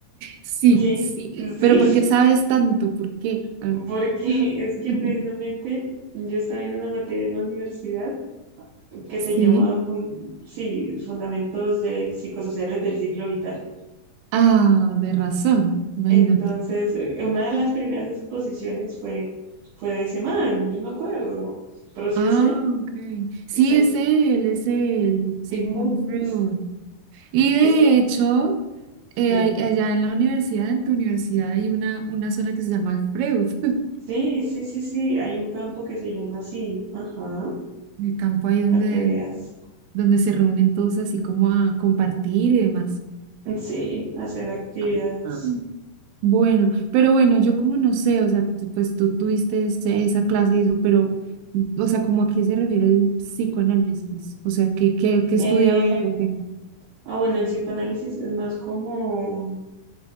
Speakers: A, on the right; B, on the right.
A: sí,
B: ¿Qué?
A: sí,
B: Sí,
A: pero ¿por qué sabes tanto? ¿Por qué?
B: <laughs>
A: Ah,
B: porque es
A: <laughs>
B: que precisamente yo estaba viendo una materia en la universidad que
A: sí.
B: se llama, fun- sí, Fundamentos de Psicosociales del Ciclo Vital.
A: Ah, de razón, imagínate.
B: Entonces, eh, una de las primeras exposiciones fue, fue de ese man, yo me acuerdo. Pero sí
A: Ah,
B: es él,
A: ok. Sí,
B: Sig-
A: es él, es él, Sigmund
B: Sigmund,
A: Freud.
B: es
A: Y de
B: es que,
A: hecho, eh,
B: que-
A: hay- allá en la universidad, en tu universidad, hay una, una zona que se llama Freud. <laughs>
B: sí, sí, sí, sí, hay un campo que se llama así, ajá,
A: El campo ahí donde,
B: para que veas. <laughs>
A: donde se reúnen todos así como a compartir y demás.
B: Sí, hacer actividades.
A: Ah, ah. Bueno, pero bueno, yo como no sé, o sea, tú, pues tú tuviste ese- esa clase y eso, pero, o sea, ¿como a qué se refiere el psicoanálisis? O sea, ¿qué, qué, qué estudiaba
B: Eh,
A: él o qué?
B: ah, bueno, el psicoanálisis es más como,